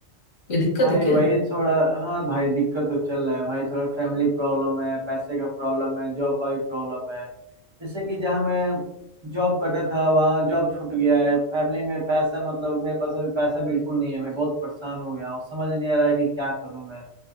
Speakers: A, on the left; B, on the right.
A: कोई दिक्कत
B: भाई
A: है क्या
B: वही थोड़ा हाँ भाई दिक्कत तो चल रहा है भाई थोड़ा फैमिली प्रॉब्लम है पैसे का प्रॉब्लम है जॉब का भी प्रॉब्लम है जैसे कि जहाँ मैं जॉब करता था वहाँ जॉब छूट गया है फैमिली में पैसा मतलब मेरे पास अभी पैसा बिल्कुल नहीं है मैं बहुत परेशान हो गया हूँ समझ नहीं आ रहा है कि क्या करूँ मैं